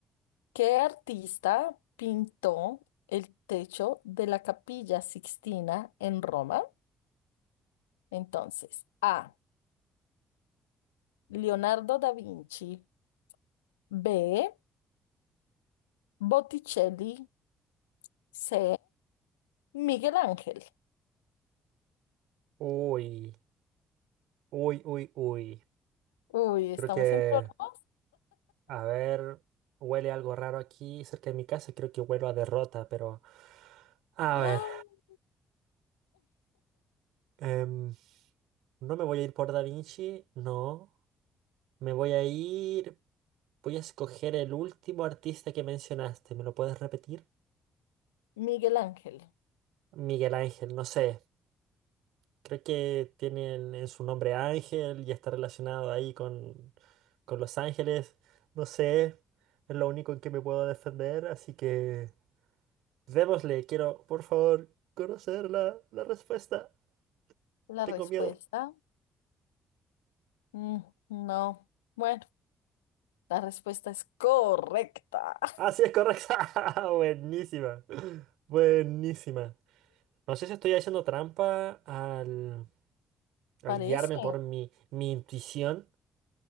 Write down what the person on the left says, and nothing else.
¿qué artista pintó el techo de la Capilla Sixtina en Roma? Entonces, A, Leonardo da Vinci, B, Botticelli, C, Miguel Ángel.
Uy,
¿estamos
en problemas?
¡Ah!
Miguel Ángel.
La
respuesta,
mm, no. Bueno, la respuesta es correcta. <laughs>
Parece,